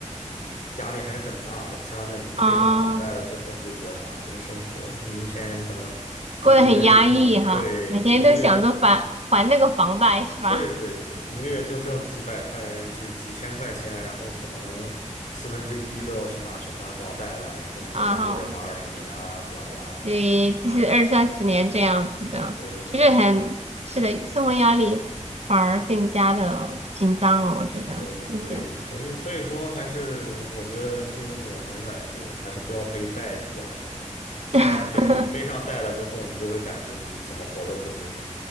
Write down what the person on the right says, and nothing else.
啊哦 <laughs> 哦
过得很压抑哈，
每天都想着还还那个房贷是吧？
<laughs> 啊哈，
对，就是二三十年这样子的，
就是很是的，生活压力反而更加的紧张了，我觉得，
并且
<laughs>